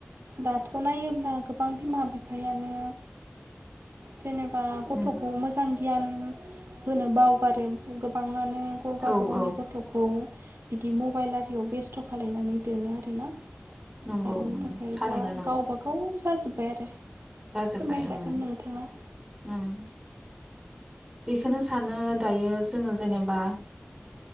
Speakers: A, on the right; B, on the right.
A: दाथ' नायोब्ला गोबां बिमा बिफायानो जेनेबा
B: उम
A: गथ'खौ मोजां गियान होनो बावगारो गोबां मानो गावबा
B: औ
A: गावनि
B: औ
A: गथ'खौ बिदि मबाइल आरियाव बेस्थ' खालायनानै दोनो आरोना
B: नंगौ
A: जायनि
B: उम
A: थाखाय
B: थारैनो
A: दा गावबागाव जाजोब्बाय आरो
B: जाजोबबाय
A: फोरमायजागोन
B: उम
A: नोंथाङा
B: बेखौनो सानो दायो जोङो जेनेबा